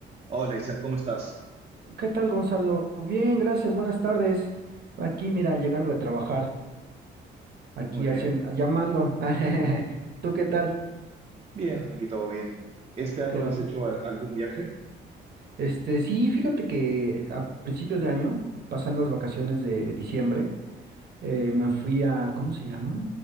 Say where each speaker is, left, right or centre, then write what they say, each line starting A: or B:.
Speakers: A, on the right; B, on the right.
A: Hola Isaac, ¿cómo estás?
B: ¿Qué tal, Gonzalo? Bien, gracias, buenas tardes. Aquí, mira, llegando de trabajar, aquí
A: Muy bien.
B: haciendo, llamando. <laughs> ¿Tú qué tal?
A: Bien, aquí todo bien. ¿Este año
B: ¿Todo
A: has
B: bien?
A: hecho a- algún viaje?
B: Este, sí, fíjate que a principios de año, pasando las vacaciones de diciembre, eh, me fui a, ¿cómo se llama?